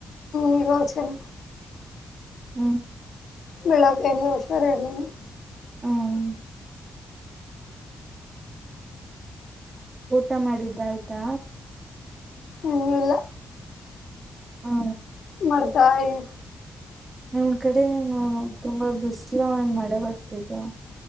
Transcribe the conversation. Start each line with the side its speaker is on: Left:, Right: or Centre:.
Left: ನೀಗೌ ಚನಾಗ್
Right: ಹ್ಮ್.
Left: ಬೆಳಗ್ಗೆಯಿಂದ ಹುಷಾರ್ ಇರ್ಲಿಲ್ಲ.
Right: ಹ್ಮ್. ಊಟ ಮಾಡಿದ್ದ್ ಆಯ್ತಾ.
Left: ಇನ್ನೂ ಇಲ್ಲ
Right: ಹಾ.
Left: ಮರ್ಡ್ತಾ ಇದೀನ್
Right: ನಿಮ್ ಕಡೆ ಏನು ತುಂಬಾ ಬಿಸ್ಲು ಏನ್ ಮಳೆ ಬರ್ತಿದ್ದೀಯಾ.